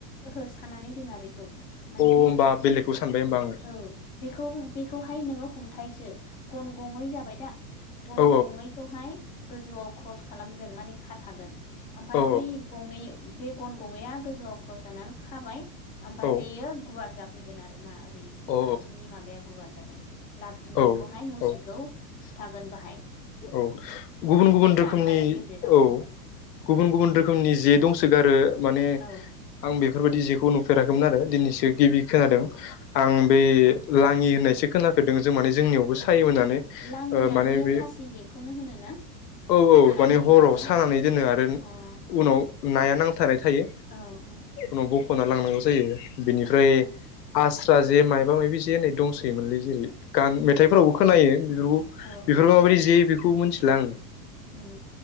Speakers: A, on the left; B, on the left.
A: ओहो साननानै दोना बेखौ।
B: अ
A: माने
B: होमबा बेलेगखौ सानबाय होमबा आङो
A: औ बेखौ बेखौ हाय नोङो हमथाय <unintelligible> गन गयै जाबायदा गन
B: औ
A: गयैखौहाय गोजौआव <unintelligible> खालामगोन माने खा थागोन। ओमफ्राय
B: औ
A: बै गंनै बे गन गङैया गोजौआव ख्रस जानानै खाबाय ओमफाय
B: औ
A: बेयो गुवार जाफैगोन आरो ना।
B: औ
A: फारसेनि माबाया गुवार जागोन। लाब
B: औ
A: बेखौहाय मुस्रिखौ
B: औ
A: थुथागोन बाहाय।
B: औ गुबुन
A: ओमफ्राय
B: गुबुन रोखोमनि
A: गाथागोन गेजेराव
B: औ
A: उम
B: गुबुन गुबुन रोखोमनि जे दंसोगारो माने
A: औ
B: आं बे बेफोरबायदि जेखौ नुफेराखैमोन आरो दिनैसो गिबि
A: उम
B: खोनादों आं
A: औ
B: बै लाङि होननायसो खोनाफेरदों जों माने जोंनियावबो
A: औ
B: सायो होन्नानै
A: लाङिया
B: ओ माने
A: बैयो
B: बे
A: फासि जेखौनो होनो ना
B: औ औ
A: सानानै
B: माने
A: दोनग्राखौ
B: हराव सानानै दोनो आरो
A: अ अ
B: उनाव ना या नांथानाय थायो
A: औ औ
B: उनाव बख'ना लांनांगौ जायो बिनिफ्राय
A: उम
B: आस्रा जे मायबा माबि जे होनै दंसैयोमोनलै जेरै गान
A: औ
B: मेथाइफोरावबो खोनायो
A: औ औ
B: <unintelligible> जे बेखौ मिथिला आं
A: उम